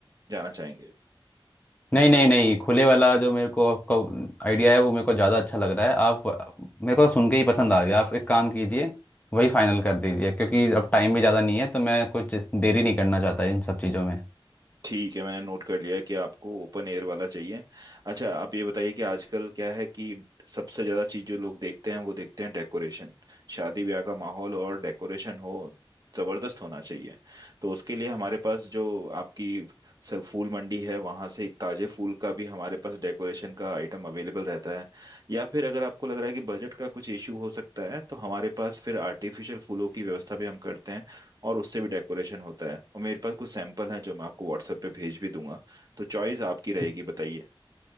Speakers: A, on the right (about 45°); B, on the left (about 15°).
A: जाना चाहेंगे
B: नहीं नहीं नहीं खुले वाला जो मेरे को आपका आइडिया है वो मेरे को ज़्यादा अच्छा लग रहा है आप मेरे को सुन के ही पसंद आ गया आप एक काम कीजिए वही फाइनल कर दीजिए क्योंकि अब टाइम भी ज़्यादा नहीं है तो मैं कुछ देरी नहीं करना चाहता इन सब चीज़ों में
A: ठीक है मैंने नोट कर लिया है कि आपको ओपन एयर वाला चाहिए अच्छा आप ये बताइए कि आजकल क्या है कि सबसे ज्यादा चीज जो लोग देखते हैं वो देखते हैं डेकोरेशन शादी ब्याह का माहौल और डेकोरेशन हो जबरदस्त होना चाहिए तो उसके लिए हमारे पास जो आपकी सब फूल मंडी है वहां से एक ताजे फूल का भी हमारे पास डेकोरेशन का आइटम अवेलेबल रहता है या फिर अगर आपको लग रहा है कि बजट का कुछ इश्यू हो सकता है तो हमारे पास फिर आर्टिफिशियल फूलों की व्यवस्था भी हम करते हैं और उससे भी डेकोरेशन होता है और मेरे पास कुछ सैंपल हैं जो मैं आपको व्हाट्सएप पे भेज भी दूंगा तो चॉइस आपकी रहेगी
B: जी
A: बताइए